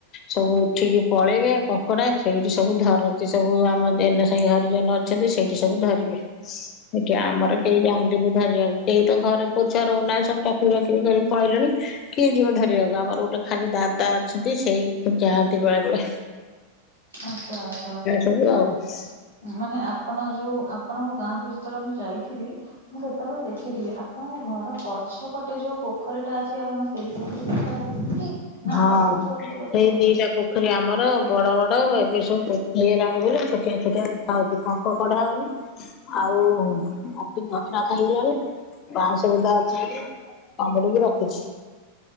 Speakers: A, on the left (about 35°); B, on the right (about 85°).
A: ସବୁ ଉଠିକି ପଳେଇବେ, କଙ୍କଡା ସେଇଠି ସବୁ ଧରନ୍ତି ସବୁ ଆମ ଯେନା ସାହି ହରିଜନ ଅଛନ୍ତି ସେଇଠି ସବୁ ଧରିବେ, ଏଇଠିଆମର କେହି ଯାଆନ୍ତିନି ଧରିଆକୁ। କେଇ ତ ଘରେ ପୁଅ ଛୁଆ ରହୁନାହାନ୍ତି, ସବୁ ଚାକିରି ବାକିରି କରି ପଳେଇଲେଣି। କିଏ ଯିବ ଧରିବାକୁ? ଆମର ଗୋଟେ ଖାଲି ଦାଦା ଅଛନ୍ତି, ସେଇ ଯାଆନ୍ତି ବେଳେବେଳେ।
B: ଆଚ୍ଛା ଆଚ୍ଛା
A: ସବୁ ଆଉ।
B: ମାନେ ଆପଣ ଯୋଉ ଆ ଆପଣଙ୍କ ଗାଁକୁ ଯେତେବେଳେ ମୁଁ ଯାଇଥିଲି, ମୁଁ ସେତେବେଳେ ଦେଖିଥିଲି ଆପଣଙ୍କ ଘର ପଛ ପଟେ ଯୋଉ ପୋଖରୀଟା ଅଛି, ଆପଣ ସେଇ ପୋଖରୀ କଥା କହୁଛନ୍ତି? ନା
A: ହଁ
B: ଆଉ କୋଉ ପୋଖରୀ
A: ସେଇ
B: କଥା କହୁଛନ୍ତି?
A: ଦିଟା ପୋ ଖରୀ ଆମର ବଡ ବଡ। ଏବେ ସବୁ ପୋତି ହେଇଗଲାଣି ବୋଲି, ଛୋଟିଆ ଛୋଟିଆ ଦେଖା ହଉଛି ପଙ୍କ କଢା ହଉନି। ଆଉ ମାଟି <unintelligible> ଖାଇଗଲା ବାଉଁଶବୁଦା ଅଛି ବୋଲି, କାମୁଡିକି ରଖିଛି।